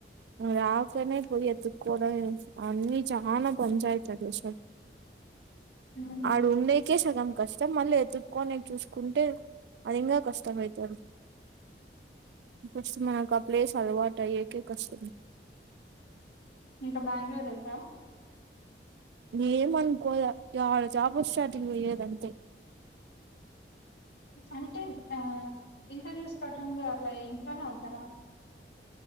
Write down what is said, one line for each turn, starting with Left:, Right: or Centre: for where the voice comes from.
Right: అ రాకనే పోయి ఎతుకోవడం అన్నిీ చాలా పంచాయత అ దేశ
Left: హ్మ్.
Right: ఆడు ఉండేకే సగం కష్టం మళ్ళీ ఎతుక్కక్కొని చూసుకుంటే అది ఇంంగా కష్టం అయితది ఫస్ట్ మనకు ఆ ప్లేస్ అలవాటు అయ్యేకే కష్ట
Left: ఇంకా బ్యాంగళూరు వెళ్తావా
Right: న ఏమనుకోదడ జాబ స్టార్టింగ్ వ్యదంటే
Left: అంటే ఆ ఇంటర్వ్యూస్ కట్టంలో అట్లా ఇంట్లోనే ఉంటారా